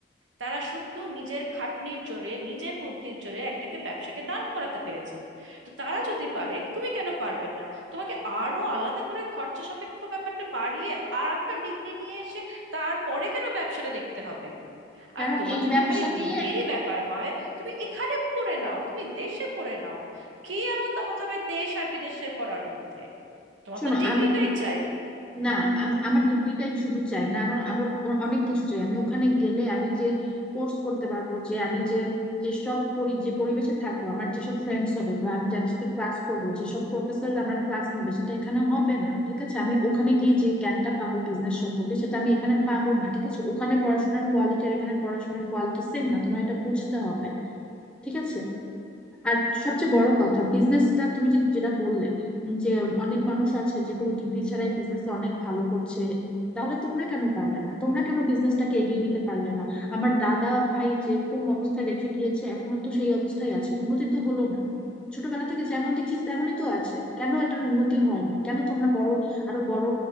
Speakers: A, on the right (about 85°); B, in the centre.
A: তারা শুধু নিজের খাটনির জোরে নিজের বুদ্ধির জোরে একটাকে ব্যবসাকে দাঁড় করাতে পেরেছে তো তারা যদি পারে তুমি কেন পারবে না তোমাকে আরো আলাদা করে খরচা সাপেক্ষ ব্যাপারটা বাড়িয়ে আর একটা ডিগ্রি নিয়ে এসে তারপরে কেন ব্যবসাটা দেখতে হবে
B: কারণ
A: আর তোমার
B: এই
A: যদি
B: ব্যবসা
A: খালি
B: নিয়ে
A: ডিগ্রিরই ব্যাপার হয় তুমি এখানে পড়ে নাও তুমি দেশে পড়ে নাও কি এমন তফাৎ হবে দেশ আর বিদেশের পড়ার মধ্যে তোমার
B: শোনো
A: তো ডিগ্রিটাই
B: আমি
A: চাই
B: না আমি আমার ডিগ্রিটাই শুধু চাই না আমার আরো অ- অনেক কিছু চাই আমি ওখানে গেলে আমি যে কোর্স করতে পারবো যে আমি যে যেসব পরি- যে পরিবেশে থাকবো আমার যেসব ফ্রেন্ডস হবে বা আমি যাদের সাথে ক্লাস করবো যেসব প্রফেসর আমার ক্লাস নেবে সেটা এখানে হবে না ঠিক আছে আমি ওখানে গিয়ে যে জ্ঞানটা পাবো বিজনেস সম্পর্কে সেটা আমি এখানে পাবো না ঠিক আছে ওখানে পড়াশোনার কোয়ালিটি আর এখানে পড়াশোনার কোয়ালিটি সেম না তোমার এটা বুঝতে হবে ঠিক আছে আর সবচেয়ে বড় কথা বিজনেসটা তুমি যে- যেটা বললে যে অনেক মানুষ আছে যে কোনো ডিগ্রি ছাড়াই বিজনেসে অনেক ভালো করছে তাহলে তোমরা কেন পারলে না তোমরা কেন বিজনেসটাকে এগিয়ে নিতে পারলে না আমার দাদা ভাই যেরকম অবস্থায় রেখে গিয়েছে এখনো তো সেই অবস্থায় আছে উন্নতি তো হলো না ছোটবেলা থেকে যেমন দেখছি তেমনই তো আছে কেন এটার উন্নতি হয়নি কেন তোমরা বড় আরো বড়